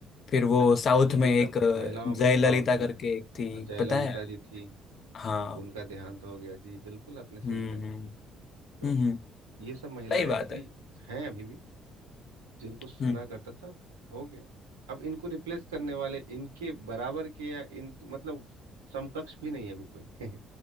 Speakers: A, on the left (about 55°); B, on the right (about 85°).
A: फिर वो
B: है ना तो
A: साउथ
B: ये
A: में एक
B: सब
A: अ,
B: महिलाओं
A: जयललिता
B: में पावरफुल
A: करके
B: है
A: एक थी
B: और जयललिता
A: पता है
B: जी थी
A: हाँ
B: उनका देहांत हो गया जी बिल्कुल आपने सही
A: हम्म
B: कहा
A: हम्म
B: तो
A: हम्म हम्म,
B: ये सब महिलाएं
A: सही बात
B: थी
A: है
B: हैं अभी भी जिनको सुना
A: हम्म।
B: करता था हो गया अब इनको रिप्लेस करने वाले इनके बराबर के या इन मतलब समकक्ष भी नहीं है अभी कोई <laughs>